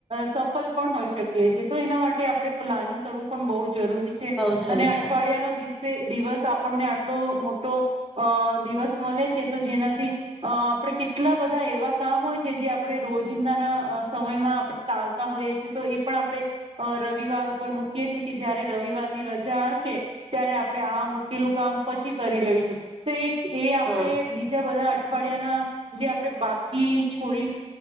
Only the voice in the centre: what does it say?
બઉ જ આવે
છે
હા